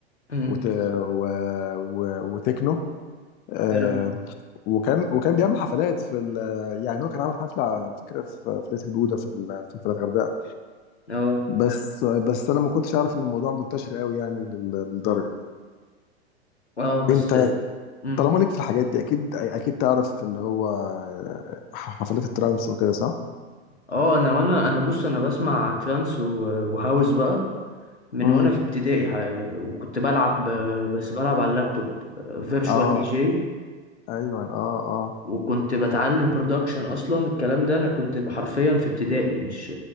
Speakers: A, on the left; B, on the left.
A: أمم.
B: وت... و... و... وتكنو آه،
A: حلو
B: وكان وكان بيعمل حفلات في ال... يعني هو كان عامل حفله على فكره في في ليتل بودا في ال... في الغردقه
A: اه
B: بس بس انا ما كنتش اعرف ان الموضوع منتشر قوي يعني لل- للدرجه
A: اه بس
B: انت
A: أمم.
B: طالما ليك في الحاجات دي اكيد اكيد تعرف اللي هو ح- حفلات الترانس وكده صح
A: اه انا وانا انا بص انا بسمع ترانس و- وهاوس بقى من
B: امم
A: وانا في ابتدائي ح- وكنت بلعب آه، بس بلعب على اللابتوب فيرتشوال
B: اه
A: دي جي
B: ايوه اه اه
A: وكنت بتعلم برودكشن اصلا الكلام ده انا كنت حرفيا في ابتدائي مش